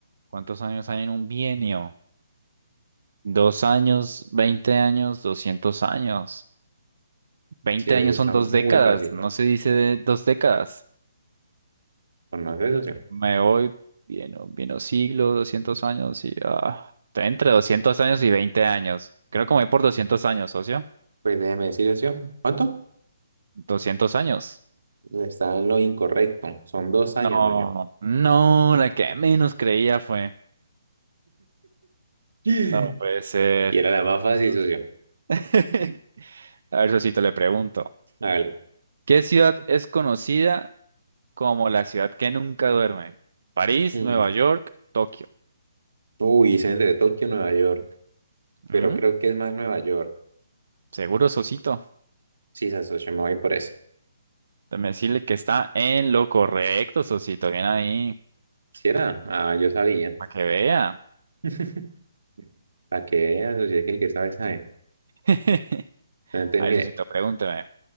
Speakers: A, on the right; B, on the right.
A: ¿cuántos años hay en un bienio? Dos años, veinte años, doscientos años. Veinte
B: Sí, socio,
A: años
B: está
A: son dos
B: muy
A: décadas.
B: fácil.
A: No se dice de dos décadas.
B: ¿Conoce, socio?
A: Me voy, bien, o bien o siglo, 200 años y... ah, está entre 200 años y 20 años. Creo que me voy por doscientos años, socio.
B: Pues déjeme decirle, socio. ¿Cuánto?
A: doscientos años.
B: Está en lo incorrecto. Son dos años,
A: No,
B: socio.
A: no, la que menos creía fue.
B: <gasps>
A: No puede ser.
B: Y era la
A: A
B: más
A: ver,
B: fácil,
A: sos-
B: socio.
A: <laughs> A ver, socito, le pregunto.
B: Hágale.
A: ¿Qué ciudad es conocida como la ciudad que nunca duerme? París,
B: Mm.
A: Nueva York, Tokio.
B: Uy, es entre Tokio y Nueva York.
A: ¿Mm?
B: Pero creo que es más Nueva York.
A: Seguro, socito.
B: Sí, se socio, me voy por eso.
A: Déjame decirle que está en lo correcto, socito. Bien ahí.
B: ¿Sí era? Ah, yo sabía.
A: Para que vea.
B: <laughs> Para que vea, socio, es que el que sabe, sabe.
A: <laughs>
B: Entonces,
A: A
B: mire,
A: eso sí te pregúnteme. A